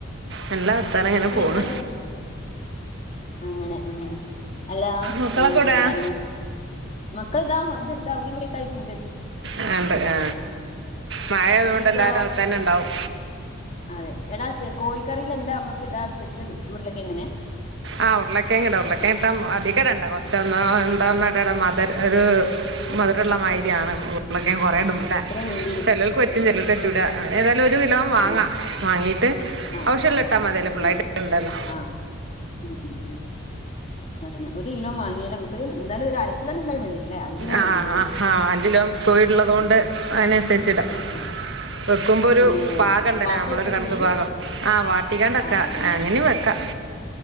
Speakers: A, on the right; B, on the left.
A: നല്ലാ വർത്താനം അങ്ങനെ
B: വയലൊരു
A: പോണ്
B: വയലൊരു അങ്ങനെ ഉം അല്ലാ
A: മക്കളൊക്കെ
B: മറ്റേ
A: ഇവിടെയാ
B: എന്താണ് മക്കൾ താ <unintelligible> അവ്ടിം ഇവടിം ഒക്കെ ആയിട്ട്ണ്ട്
A: ആ ഇണ്ട് ആ മഴ ആയദോണ്ട്
B: പിന്നെ ഇതോ
A: എല്ലാരും അകത്തന്നെ ഇണ്ടാവും
B: അതെ എടാ കോഴിക്കറില് എന്താ നമ്മക്ക് ഇടാ സ്പെഷ്യല് ഉര്ളകെയങ്ങന്നെ
A: ആ ഉർളകേങ്ട ഉർളക്കേങ്ങിട്ട അധികടണ്ട കൊർച്ചൊന്നൊ രണ്ടണ്ണോ ഇടണം മദ് ര ഒരു മദരള്ള മായിരി ആണ് ഉരുള കേങ് കൊറേ ഇടുമ്പ ലെ
B: എത്ര വേണ്ടി വരും
A: ചെലോൽക്ക് പറ്റും ചെലോൽക്ക് പ റ്റുട ഏതായാലും ഒരു കിലോം വാങ്ങാ
B: ആ
A: വാങ്ങിയിട്ട്
B: ആ
A: ഔശ്യള്ള ഇട്ടാ മതിയല്ലേ ഫുള്ളായിട്ട്
B: ഒരു
A: ഇടണ്ടല്ലോ
B: ആ ഉം ഉം ഉം അതന്നെ ഒരു കിലോ വാങ്ങിയാൽ നമുക്കൊരു എന്തായാലും ഒരു അരക്കിലോ എന്തായാലും വേണ്ടില്ലേ അഞ്ച് കിലോ
A: ആ
B: മതി കോഴി
A: ആ ആ അഞ്ചിലോം കോഴി ഇള്ളതൊണ്ട്
B: ഉം
A: അയിനൻസര്ച്ടാ
B: ആ
A: വെക്കുമ്പൊ ഒരു
B: പിന്നെ
A: പാകം ഇണ്ടല്ലേ
B: വാട്ടി
A: നമ്മളൊരു
B: വെക്കാ
A: കണക്ക്
B: ചെയ്യ
A: പാകം ആ വാട്ടികാണ്ട് വെക്കാ
B: ആ അതന്നെ
A: അങ്ങനിം വെക്കാ